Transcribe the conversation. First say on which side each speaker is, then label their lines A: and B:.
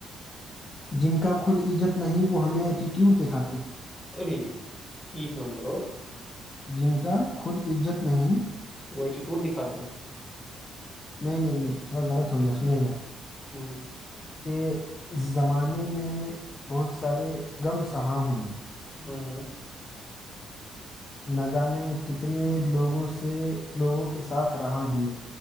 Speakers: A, on the left; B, on the left.
A: جن کا خود عزت نہیں وہ ہمیں ایٹیٹیوڈ دکھاتے ہیں
B: اور ج ایک نمبر اور
A: جن کا خود عزت نہیں
B: وہ ایٹیٹوٹ دکھاتے ہیں
A: نہیں نہیں نہیں تھوڑا غلط ہو گیا سنے گا
B: ہوں
A: کہ اس زمانے میں بہت سارے غم سہا ہوں میں
B: ہوں ہوں
A: نہ جانے کتنے لوگوں سے لوگوں کے ساتھ رہا ہوں میں